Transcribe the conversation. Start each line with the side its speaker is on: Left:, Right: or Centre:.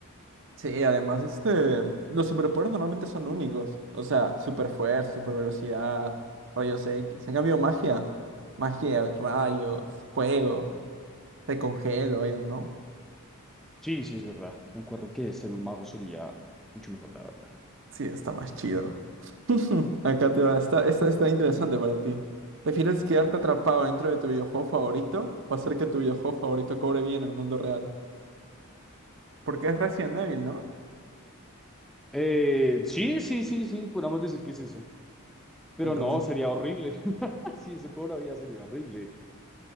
Right: sí, además, este, los superpoderes normalmente son únicos. O sea, super fuerza, super velocidad, rayos X. En cambio, magia, magia, rayos, fuego, te congelo, I don't know.
Centre: Sí, sí, es verdad. Concuerdo que ser un mago sería mucho mejor, la verdad.
Right: Sí, está más chido. <laughs> Hmm, Acá te va. Está, esta está interesante para ti. ¿Prefieres quedarte atrapado dentro de tu videojuego favorito o hacer que tu videojuego favorito cobre bien en el mundo real? Porque es Resident Evil, ¿no?
Centre: Eh, sí, sí, sí, sí, podríamos decir que es ese. Pero
Right: Entonces,
Centre: no, sería horrible. <laughs> Si eso cobra vida, sería horrible.